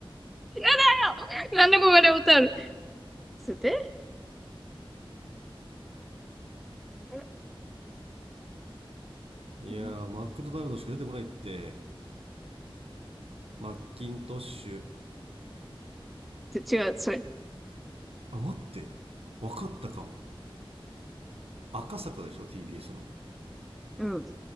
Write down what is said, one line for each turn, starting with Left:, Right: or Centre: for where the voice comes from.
Centre: だよなんでここで歌うのつっと待
Right: いやーマクドナルドしか出てこないって
Centre: っ
Right: マッキントッシュ
Centre: て違う、それ。
Right: あ待って分かったかも赤坂でしょ TBS の
Centre: うん。